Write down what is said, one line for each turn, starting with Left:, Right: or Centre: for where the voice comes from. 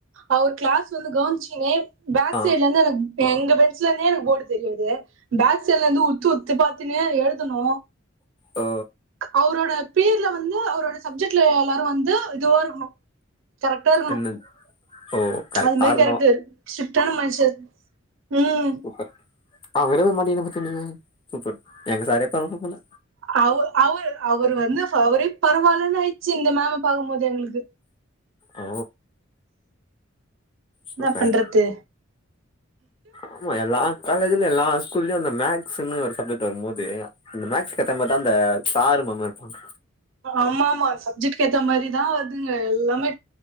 Right: அவர் கிளாஸ் வந்து கவுனிச்சுக்கினு பேக்
Left: ஆ
Right: சைட்ல இருந்து எனக் எங்க பெஞ்ச்ல இருந்தே எனக்கு போர்டு தெரியாது பேக் சைட்ல இருந்து உ த்து உத்து பாத்துனே எழுதணு
Left: ஓ
Right: அவரோட பேர்ல வந்து அவரோட சப்ஜெக்ட்ல எல்லாரு வந்து இதுவா இருக்கணு கரெக்டா இருக்கணு
Left: என்னது ஓ கரெக்டா
Right: அது மாரி
Left: இருக்கணு
Right: கேரக்டரு ஸ்ட்ரிக்ட்டான மனுஷ ம்
Left: சூப்பர் ஆ விடவே மாட்டீன்னு அப்ப சொன்னீங்க சூப்பர் எங்க சாரே பரவால்ல போல
Right: அவு அவுரு அவரு வந்து இப்ப அவரே பரவால்லன்னு ஆயிட்ச்சி இந்த மேம பாக்கும் போது எங்குளுக் கு
Left: ஓ
Right: <inaudible>
Left: சூப்பர்
Right: என்னா பண்றது?
Left: ஆமா எல்லா காலேஜு இது எல்லா ஸ்கூல்லயு அந்த மேக்ஸ்ன்னு ஒரு சப்ஜெக்ட் வரும்போது அந்த மேக்ஸ்க்கு ஏத்தா மாரிதா அந்த சாரு மேமு இருப்பாங்க
Right: ஆமா ஆமா சப்ஜெக்ட்டுக்கு ஏத்தா மாரிதா வருதுங்க எல்லாமே